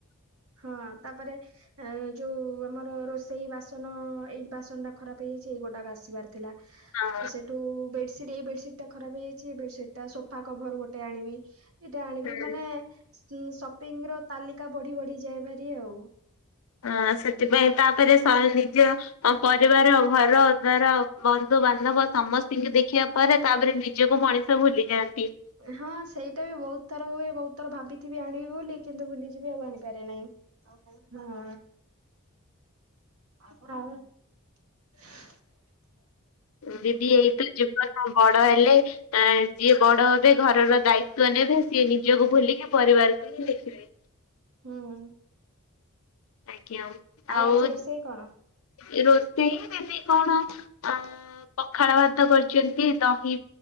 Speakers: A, on the right; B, on the left.
A: ହଁ ତାପରେଏଁ ଯଉ ଆମର ରୋଷେଇ ବାସନ ଏଇ ବାସନଟା ଖରାପ ହେଇଯାଇଚି ଏଇଗୋଟାକ ଆସିବାର ଥିଲା।
B: ହଁ
A: ସେଠୁ ବେଡ଼ସ ଏଟା ଏଇ ବେଡସିଟ୍ ଟା ଖରାପ ହେଇଯାଇଛି ବେଡସିଟ୍ ଟା ସୋଫା କଭର ଗୋଟେ ଆଣିବି ଏଇଟା ଆଣିବି
B: ହୁଁ
A: ମାନେ ସପିଙ୍ଗ ର ତାଲିକା ବଢି ବଢିଯାଏ ଭାରି ଆଉ
B: ଅ ସେଥିପାଇଁ ତାପରେ ନିଜ ପରିବାର ଘର ଦ୍ଵାର ବନ୍ଧୁ ବାନ୍ଧବ ସମସ୍ତିଙ୍କି ଦେଖିବା ପରେ ତାପରେ ନିଜକୁ ମଣିଷ ଭୁଲିଯାଆନ୍ତି।
A: ହଁ ସେଇଟା ବି ବହୁତ ଥର ହୁଏ ବହୁତ ଥର ଭାବିଥିବି ଆଣିବି ବୋଲି କିନ୍ତୁ ଭୁଲିଯିବି ଆଉ ଆଣିପାରେ ନାଇଁ। ଆଉ କହୁଥିଲା ହଁ ଆ ହଉ <unintelligible>
B: ଦିଦି ଏଇତ ଯିବନ ବଡ ହେଲେ। ଆ ଯିଏ ବଡ ହେବେ ଘରର ଦାୟିତ୍ୱ ନେବେ ସିଏ ନିଜକୁ ଭୁଲିକି ପରିବାରକୁ ହିଁ ଦେଖିବେ। <inaudible>
A: ହୁଁ
B: କ୍ୟାଉଁ ଆଉ
A: ଆଜି ରୋଷେଇ କଣ?
B: ଏ ରୋଷେଇ ଜଦି କଣ ଅଁ ପଖାଳ ଭାତ କରିଛନ୍ତି ଦହି